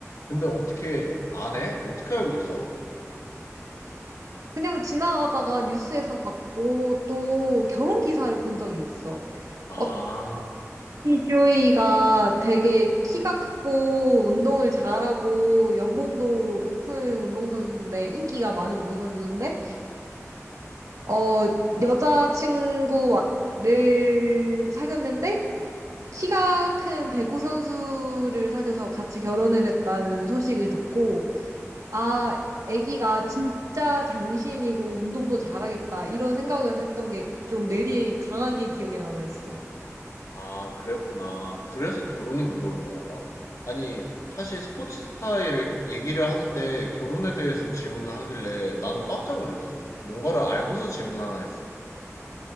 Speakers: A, on the left; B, on the right.
A: 근데 어떻게 안 해? 어떻게 알고 있어?
B: 그냥 지나가다가 뉴스에서 봤고 또 결혼 기사를 본 적이 있어.
A: 아,
B: 어떤 조이가 되게 키가 크고 운동을 잘하고 연봉도 높은 운동선수인데 인기가 많은 운동선수인데 어 여자친구를 사귀었는데 키가 큰 배구 선수를 사귀어서 같이 결혼을 했다는 소식을 듣고 아, 애기가 진짜 장신이고 운동도 잘하겠다. 이런 생각을 했던 게 좀 뇌리에 강하게 기억에 남아 있어.
A: 아, 그랬구나. 그래서 결혼을 물어본 건가? 아니, 사실 스포츠 스타일을 얘기를 하는데 결혼에 대해서 질문을 하길래 나는 깜짝 놀랐어. 뭔가를 알고서 질문하나 했어.